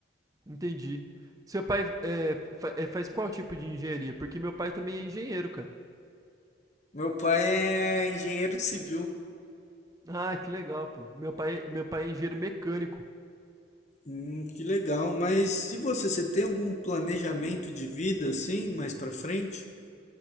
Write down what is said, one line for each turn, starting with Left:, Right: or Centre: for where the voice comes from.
Right: Entendi. Seu pai é, fa- é, faz qual tipo de engenharia? Porque meu pai também é engenheiro, cara.
Left: Meu pai é engenheiro civil.
Right: Ah, que legal, pô. Meu pai, meu pai é engenheiro mecânico.
Left: Hum, que legal. Mas se você, você tem algum planejamento de vida assim, mais pra frente?